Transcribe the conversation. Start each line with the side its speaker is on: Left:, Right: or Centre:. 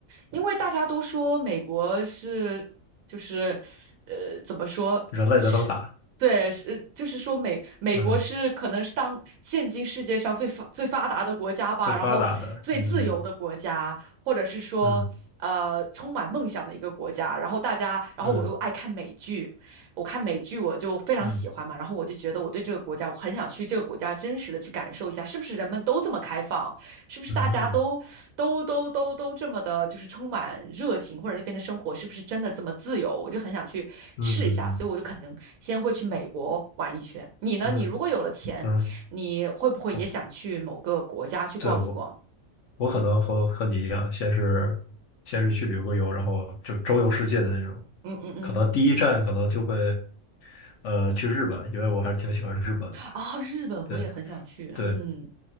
Right: 因为大家都说美国是就是呃怎么说呃是。
Left: 人类的灯塔，
Right: 对，是就是说美美国是可能是当现今世界上最发最发达的国家吧，
Left: 嗯，最发达的，
Right: 然后最自由的国家，
Left: 嗯
Right: 或者是说呃充满梦想的一个国家。
Left: 嗯
Right: 然后大家，然后我又爱看美剧，
Left: 嗯
Right: 我看美剧我就非常喜欢嘛，
Left: 嗯
Right: 然后我就觉得我对这个国家，我很想去这个国家真实的去感受一下，是不是人们都这么开放，是不是大家都都都都都这么的，
Left: 嗯
Right: 就是充满热情，或者那边的生活是不是真的这么自由？我就很想去试一下，
Left: 嗯嗯嗯嗯
Right: 所以我就可能先会去美国玩一圈。你呢？
Left: 嗯
Right: 你如果有了钱，
Left: 嗯嗯。
Right: 你会不会也想去某个国家去逛一逛？
Left: 我对我我可能和和你一样，先是先是去旅个游，然后就周游世界的那种。
Right: 嗯嗯嗯，
Left: 可能第一站可能就会呃去日本，因为我还是挺喜欢日本的。
Right: 啊，日本我也很想去。
Left: 对对，
Right: 嗯